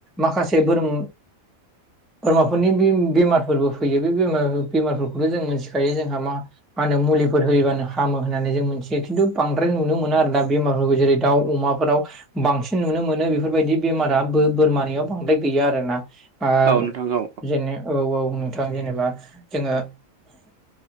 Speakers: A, in the centre; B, on the right.
A: माखासे बोरमा बोरमाफोरनि बे बेमारफोरबो फैयो बे बेमारफोरखौथ' जों मोनथिखायो जोंहा मा मा होनो मुलिफोर होयोबानो हामो होननानै जों मोनथियो खिन्थु बांद्राय नुनो मोनो आरो दा बेमारफोरखौ जेरै दाउ अमाफोराव बांसिन नुनो मोनो बेफोरबायदि बेमारा बो-बोरमानियाव बांद्राय गैया आरोना अ
B: औ नोंथां औ
A: जेने औ औ नोंथां जेनेबा जोङो